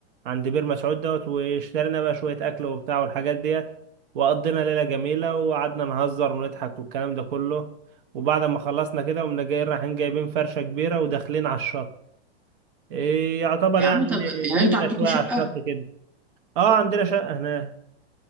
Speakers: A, on the right; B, in the centre.
A: عند بير مسعود دوت واشترينا بقى شويه اكل وبتاع والحاجات ديت وقضينا ليله جميله وقعدنا نهزر ونضحك والكلام ده كله وبعد ما خلصنا كده قمنا جايين رايحين جايبين فرشه كبيره وداخلين على الشط إيه يعتبر
B: يا
A: يعني
B: عم طب
A: نمنا
B: يعني انتوا عندكم
A: شويه
B: شقة
A: على الشط كده اه عندنا شقه هناك